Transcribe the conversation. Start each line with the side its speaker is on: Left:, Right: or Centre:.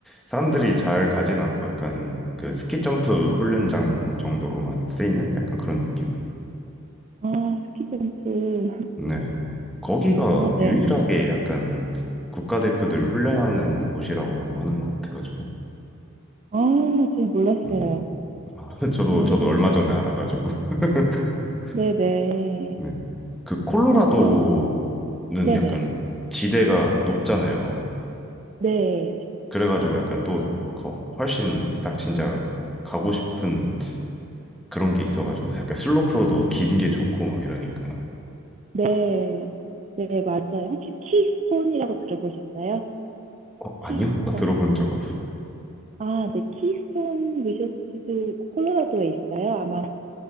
Centre: 사람들이 잘 가진 않고 약간 그 스키 점프 훈련장 정도로만 쓰이는 약간 그런 느낌.
Right: 아, 스키 점프.
Centre: 네. 거기가
Right: 아, 네.
Centre: 유일하게 약간 국가대표들 훈련하는 곳이라고 하는 것 같아가지고.
Right: 아, 저는 몰랐어요.
Centre: 네. 아, <laughs> 저도,
Right: 네.
Centre: 저도 얼마 전에 알아가지고. <laughs>
Right: 네네.
Centre: 네. 그 콜로라도는
Right: 아, 저는, 네네.
Centre: 약간 지대가 높잖아요.
Right: 네.
Centre: 그래가지고 약간 또 거- 훨씬 딱 진짜 가고 싶은 그런 게 있어가지고 약간 슬로프도 긴 게 좋고 막 이러니까.
Right: 네. 네, 맞아요. 혹시 키스톤이라고 들어보셨어요?
Centre: 어, 아니요?
Right: 키스톤?
Centre: 나 들어본 적 없어요.
Right: 아, 네. 키스톤 리조트도 콜로라도에 있어요. 아마